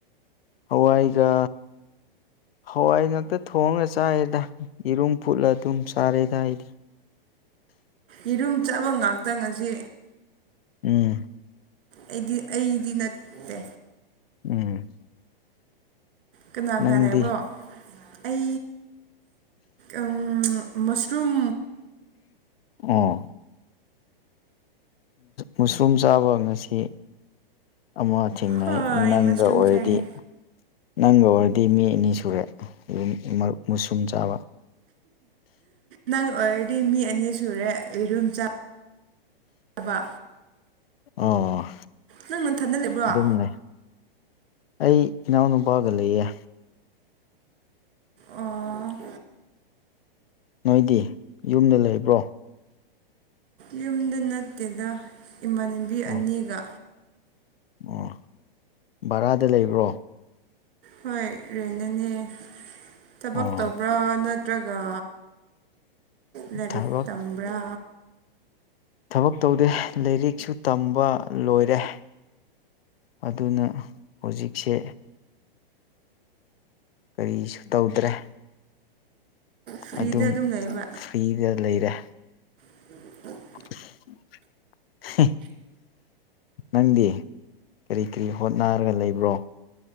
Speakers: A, on the left (about 75°); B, on the right (about 65°).
A: ꯍꯋꯥꯏꯒ ꯍꯋꯥꯏ ꯉꯥꯛꯛꯇ ꯊꯣꯡꯉ ꯆꯥꯏꯔꯦꯗ ꯌꯦꯔꯨꯝ ꯐꯨꯠꯂ ꯑꯗꯨꯝ ꯆꯥꯔꯦꯗ ꯑꯩꯗꯤ
B: ꯌꯦꯔꯨꯝ ꯆꯥꯕ ꯉꯥꯛꯇ ꯉꯁꯤ
A: ꯎꯝ
B: ꯑꯩꯗꯤ ꯑꯩꯗꯤ ꯅꯠꯇꯦ
A: ꯎꯝ
B: ꯀꯅꯥ ꯀꯅꯥꯅ
A: ꯅꯪꯗꯤ
B: ꯂꯩꯕ꯭ꯔꯣ ꯑꯩ ꯎꯝ ꯃꯁꯔꯨꯝ
A: ꯑꯣ ꯃꯁꯔꯨꯝ ꯆꯥꯕ ꯉꯁꯤ ꯑꯃ ꯊꯦꯡꯅꯩ
B: ꯍꯣꯏ
A: ꯅꯪꯒ
B: ꯃꯁꯔꯨꯝ
A: ꯑꯣꯏꯔꯗꯤ
B: ꯆꯥꯏꯌꯦ
A: ꯅꯪꯒ ꯑꯣꯏꯔꯗꯤ ꯃꯤ ꯑꯅꯤ ꯁꯨꯔꯦ ꯑꯗꯨ ꯃꯁꯔꯨꯝ ꯆꯥꯕ
B: ꯅꯪ ꯑꯣꯏꯔꯗꯤ ꯃꯤ ꯑꯅꯤ ꯁꯨꯔꯦ ꯌꯦꯔꯨꯝ ꯆꯥ ꯕꯥ
A: ꯑꯣ
B: ꯅꯪ ꯅꯟꯊꯟꯗ ꯂꯩꯕꯔꯣ
A: ꯑꯗꯨꯝ ꯂꯩ ꯑꯩ ꯏꯅꯥꯎ ꯅꯨꯨꯄꯥꯒ ꯂꯩꯌꯦ
B: ꯑꯣ
A: ꯅꯣꯏꯗꯤ ꯌꯨꯝꯗ ꯂꯩꯕ꯭ꯔꯣ
B: ꯌꯨꯝꯗ ꯅꯠꯇꯦꯗ ꯏꯃꯥꯟꯅꯕꯤ
A: ꯑꯣ
B: ꯑꯅꯤꯒ
A: ꯑꯣ ꯚꯔꯥꯗ ꯂꯩꯕ꯭ꯔꯣ
B: ꯍꯣꯏ ꯔꯦꯅꯗꯅꯦ ꯊꯕꯛ
A: ꯑꯣ
B: ꯇꯧꯕ꯭ꯔꯥ ꯅꯠꯇ꯭ꯔꯒ ꯂꯔꯤꯛ
A: ꯊꯕꯛ
B: ꯇꯝꯕ꯭ꯔꯥ
A: ꯊꯕꯛ ꯇꯧꯗꯦ ꯂꯥꯏꯔꯤꯛꯁꯨ ꯇꯝꯕ ꯂꯣꯏꯔꯦ ꯑꯗꯨꯅ ꯍꯧꯖꯤꯛꯁꯦ ꯀꯔꯤꯁꯨ ꯇꯧꯗ꯭ꯔꯦ
B: ꯐ꯭ꯔꯤꯗ
A: ꯑꯗꯨꯝ
B: ꯂꯩꯕ
A: ꯐ꯭ꯔꯤꯗ ꯂꯩꯔꯦ
B: <unintelligible>
A: <unintelligible> ꯅꯪꯗꯤ ꯀꯔꯤ ꯀꯔꯤ ꯍꯣꯠꯅꯔꯒ ꯂꯩꯕ꯭ꯔꯣ